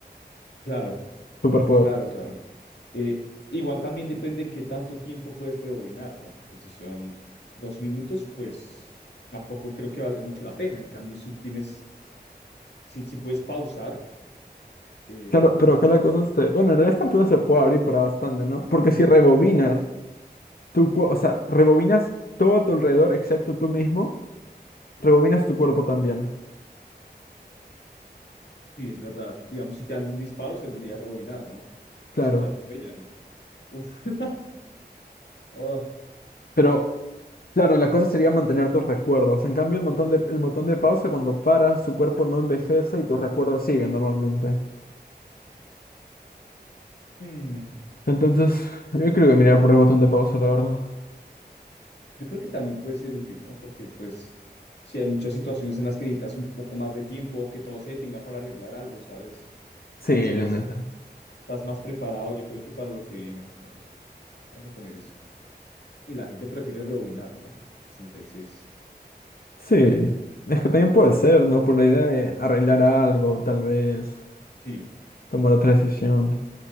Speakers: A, on the left (about 80°); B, on the left (about 60°).
A: Claro,
B: superpoder.
A: claro, claro. Eh, igual también depende qué tanto tiempo puedes rebobinar, ¿no? Porque si son dos minutos, pues tampoco creo que valga mucho la pena. En cambio, si tienes, si, si puedes pausar, eh,
B: Claro, pero acá la cosa este, bueno, en realidad esta pregunta se puede abrir para bastante, ¿no? Porque si rebobinas tu, cu- o sea, rebobinas todo a tu alrededor excepto tú mismo, rebobinas tu cuerpo también.
A: sí, es verdad. Digamos, si te dan un disparo, serviría rebobinar, ¿no?
B: Claro,
A: O si te atropellan. Uf. <laughs> Oh,
B: pero claro, la cosa sería mantener tus recuerdos. En cambio, el botón de el botón de pausa cuando paras, su cuerpo no envejece y tus recuerdos siguen normalmente.
A: hmm.
B: Entonces, yo creo que miraría por el botón de pausa, la verdad.
A: Yo creo que también puede ser útil, ¿no? Porque pues si hay muchas situaciones en las que necesitas un poco más de tiempo o que todo se detenga para arreglar algo, ¿sabes?
B: Sí,
A: Y después
B: la neta.
A: estás más preparado, yo creo que para lo que viene. Eh, Vamos a poner ese. Y la gente prefiere rebobinar, ¿no? 66.
B: Sí, es que también puede ser, ¿no? Por la idea de arreglar algo, tal vez,
A: Sí,
B: tomar otra decisión.